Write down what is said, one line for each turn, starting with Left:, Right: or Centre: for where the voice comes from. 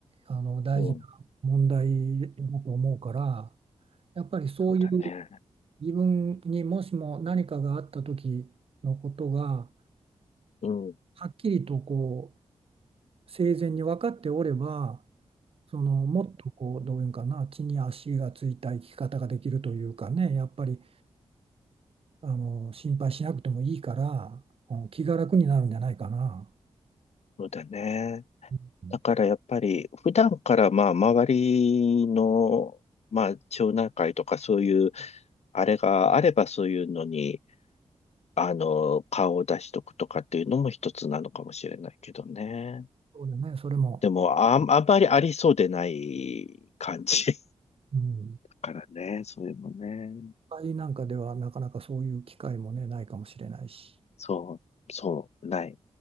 Right: あの大事な問題だと思うから、
Left: うん。
Right: やっぱりそういう
Left: そうだね。
Right: 自分にもしも何かがあった時のことが
Left: うん。うん
Right: はっきりとこう生前に分かっておれば、そのもっとこうどういうんかな、地に足がついた生き方ができるというかね、やっぱりあの心配しなくてもいいから、うん気が楽になるんじゃないかな。
Left: そうだね。
Right: うん
Left: だからやっぱり、普段からまあ、周りの、まあ、町内会とかそういう、あれがあればそういうのに、あの、顔を出しとくとかっていうのも一つなのかもしれないけどね。
Right: そうだね、それも。
Left: でも、あん、あんまりありそうでない感じ。
Right: うん
Left: からね、それもね、
Right: 会なんかではなかなかそういう機会もね、ないかもしれないし。
Left: そう、そう、ない。